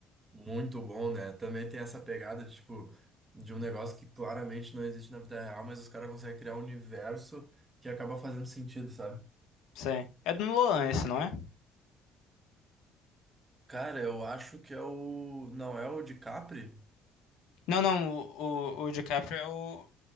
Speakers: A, on the right (about 15°); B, on the left (about 85°).
A: Muito bom, né? Também tem essa pegada de, tipo, de um negócio que claramente não existe na vida real, mas os caras conseguem criar um universo que acaba fazendo sentido, sabe?
B: Sim. É do Nolan esse, não é?
A: Cara, eu acho que é o. Não é o DiCaprio?
B: Não, não, o, o, o DiCaprio é o,